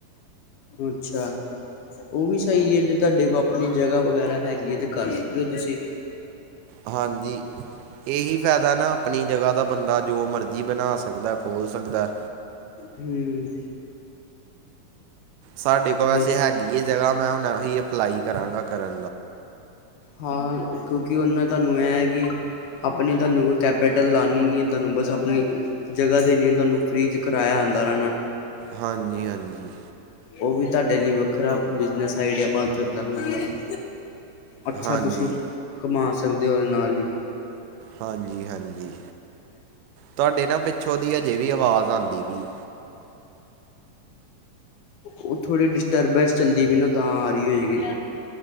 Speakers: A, on the left (about 80°); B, on the right (about 90°).
A: ਅੱਛਾ ਉਹ ਵੀ ਸਹੀ ਹੈ, ਜੇ ਤੁਹਾਡੇ ਕੋਲ ਆਪਣੀ ਜਗ੍ਹਾ ਵਗੈਰਾ ਹੈਗੀ ਹੈ ਤੇ ਕਰ ਸਕਦੇਓ ਤੁਸੀਂ
B: ਹਾਂਜੀ ਇਹੀ ਫਾਇਦਾ ਨਾ ਆਪਣੀ ਜਗ੍ਹਾ ਦਾ ਬੰਦਾ ਜੋ ਮਰਜੀ ਬਣਾ ਸਕਦਾ। ਖੋਲ੍ਹ ਸਕਦਾ
A: ਹਮ।
B: ਸਾਡੇ ਕੋਲ ਵੈਸੇ
A: ਹੋ
B: ਹੈਗੀ ਹੈ ਜਗ੍ਹਾ ਮੈਂ ਹੁਣ ਹੀ ਅਪਲਾਈ ਕਰਾਂਗਾ ਕਰਾ
A: ਹਾਂ ਕਿਉਂਕਿ ਉਹਨਾਂ ਤੁਹਾਨੂੰ ਇਹ ਹੈ, ਕਿ ਆਪਣੀ ਤੁਹਾਨੂੰ ਕੋਈ ਕੈਪੀਟਲ ਲਾਉਂਣੀ ਨਹੀਂ ਹੈ, ਤੁਹਾਨੂੰ ਬਸ ਆਪਣੀ ਜਗ੍ਹਾ ਦੇਣੀ ਹੈ ਤੁਹਾਨੂੰ ਫ੍ਰਰੀ 'ਚ ਕਰਇਆ ਆਉਂਦਾ ਰਹਿਣਾ।
B: ਹਾਂਜੀ ਹਾਂਜੀ।
A: ਉਹ ਵੀ ਤੁਹਾਡੇ ਲਈ ਵੱਖਰਾ ਬਿਜਨਸ ਸਾਇਡ ਬਣ ਸਕਦਾ ਮਤਲਬ ਅੱਛਾ
B: ਹਾਂਜੀ
A: ਤੁਸੀ ਕਮਾ ਸ ਸਕਦੇ ਔਦੇ ਨਾਲ ਈ
B: ਹਾਂਜੀ ਹਾਂਜੀ। ਤੁਹਾਡੇ ਨਾ ਪਿੱਛੋਂ ਦੀ ਹਜੇ ਵੀ ਆਵਾਜ਼ ਆਉਂਦੀ ਪਈ।
A: ਉਹ ਥੋੜੀ ਡਿਸਟਰਬੈਂਸ ਚੱਲਦੀ ਪਈ ਨਾ ਤਾਂ ਆ ਰਹੀ ਹੋਏਗੀ।